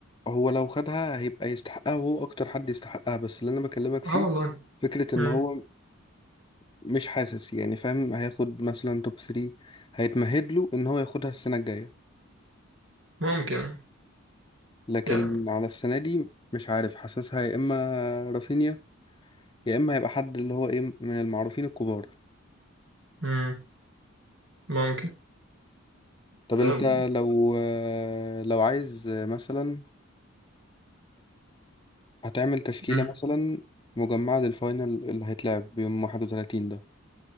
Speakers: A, on the left (about 20°); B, on the right (about 65°).
A: هو لو خدها هيبقى يستحقها وهو اكتر حد يستحقها بس اللي انا بكلمك فيه
B: اه والله
A: فكرة ان
B: مم.
A: هو مش حاسس يعني فاهم هياخد مثلا توب 3 هيتمهد له ان هو ياخدها السنة الجاية
B: ممكن
A: لكن
B: يعني
A: على السنة دي مش عارف حاسسها يا اما رافينيا يا اما هيبقى حد اللي هو ايه من المعروفين الكبار
B: مم. ممكن
A: طب
B: طب
A: انت لو لو عايز مثلا هتعمل تشكيلة
B: مم.
A: مثلا مجمعة للفاينل اللي هيتلعب يوم 31 ده